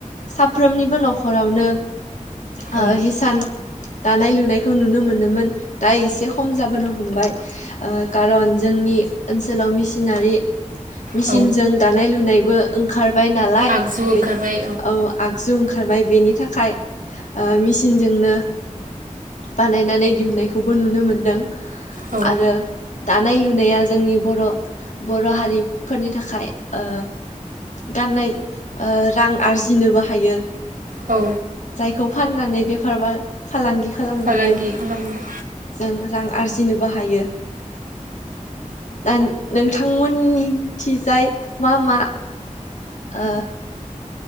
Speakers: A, on the left; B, on the right.
A: साफ्रोमनिबो बो नखराव आवनो ओ
B: औ
A: हिसान दानाय लुनायखौ नुनो मोनोमोन हो दा एसे खम जाबोनो हमबाय ओ खारन जोंनि ओनसोलाव मेसिनारि मिसिनजों
B: औ
A: दानाय लुनायबो ओंखार बायनालाय
B: आगजु ओंखारबाय
A: बेनि औ आगजु ओंखारबाय बेनि नि थाखाय ओ मेसिनजोंनो बानायनानै दिहुननायखौबो नुनो मोनदों
B: औ
A: आरो दा दानाय लुनाया जोंनि बर' बर' हारिफोरनि थाखाय ओ गाननाय ओ रां आरजिनोबो हायो
B: औ
A: खौ फाननानै बेफार बा फालांगि खालामनानै
B: फालांगि खालामनो
A: जों रां आरजि आरजिनोबो हायो दा नोंथांमोननिथिजाय मा मा ओ